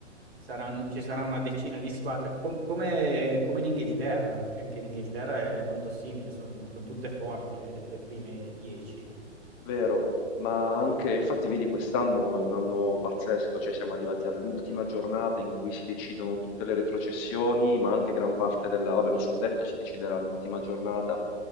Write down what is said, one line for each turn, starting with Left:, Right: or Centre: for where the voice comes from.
Right: saranno, ci sarà una decina di squadre, com- come, come in Inghilterra, perché anche in Inghilterra è molto simile, sono son tutte forti le, le- le prime dieci.
Left: Vero, ma anche, infatti vedi quest'anno è un anno pazzesco, cioè siamo arrivati all'ultima giornata in cui si decidono tutte le retrocessioni, ma anche gran parte della, vabbè, lo scudetto si deciderà all'ultima giornata,